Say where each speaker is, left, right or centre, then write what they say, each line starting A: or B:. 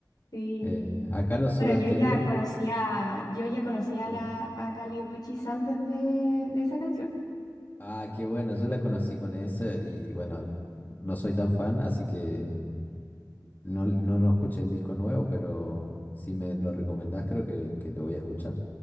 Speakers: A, on the left; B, on the left.
A: Sí.
B: Eh, acá los Soda
A: Bueno, yo
B: Stereo.
A: ya conocía, yo ya conocía
B: sí.
A: a la a Kali Uchis antes de, de esa canción.
B: Ah, qué bueno, yo la conocí con esa y bueno, no soy tan fan, así que no, no, no escuché el disco nuevo, pero si me lo recomendás creo que, que lo voy a escuchar.